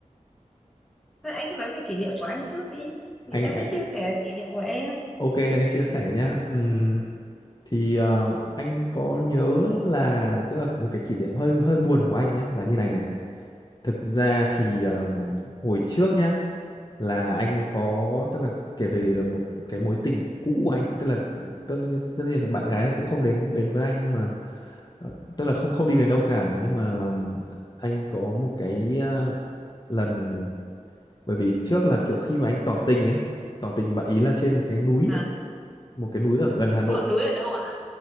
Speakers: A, in the centre; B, on the left (about 30°).
A: Thôi anh cứ nói về kỷ niệm của anh trước đi thì
B: Anh
A: em
B: anh
A: sẽ chia sẻ kỷ niệm của em
B: ok thì anh chia sẻ nhá. Ừm, thì ờ, anh có nhớ là tức là một cái kỷ niệm hơi hơi buồn của anh nhá là như này này Thực ra thì um, hồi trước nhá là anh có tức là kể về một cái mối tình cũ của anh tức là tất, nhiên- tất nhiên là bạn gái này cũng không đến đến với anh nhưng mà ờ, tức là không không đi đến đâu cả nhưng mà um, anh có một cái ờ, lần bởi vì trước là kiểu khi mà anh tỏ tình ấy tỏ tình bạn ý là trên một cái núi
A: à,
B: một cái núi ở gần Hà Nội
A: ngọn núi ở đâu ạ